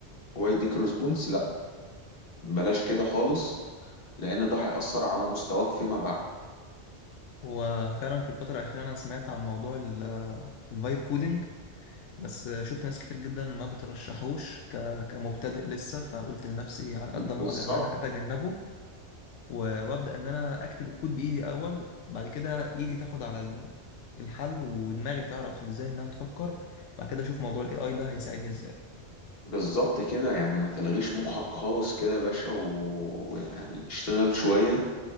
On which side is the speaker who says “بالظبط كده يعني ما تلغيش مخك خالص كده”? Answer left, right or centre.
Left